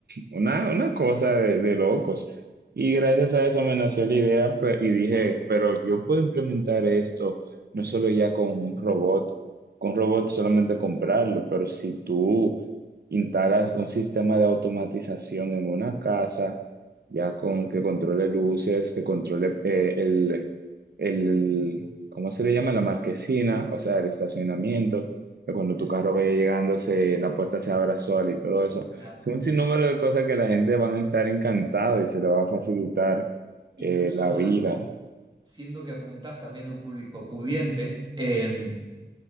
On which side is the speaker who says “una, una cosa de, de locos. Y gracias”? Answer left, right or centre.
Right